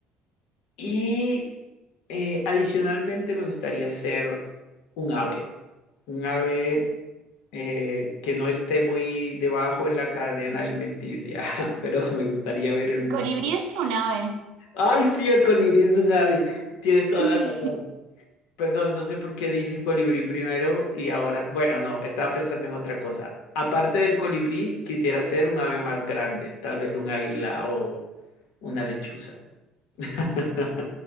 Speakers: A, on the left; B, on the right.
A: Y eh, adicionalmente me gustaría ser un ave un ave eh, que no esté muy debajo en la cadena alimenticia, <laughs> pero me gustaría ver el
B: El
A: mundo.
B: colibrí es un ave
A: Ay, sí, el colibrí es un ave. Tienes toda
B: <laughs>
A: la razón. Perdón, no sé por qué dije colibrí primero y ahora, bueno, no, estaba pensando en otra cosa. Aparte del colibrí, quisiera ser un ave más grande, tal vez un águila o una lechuza. <laughs>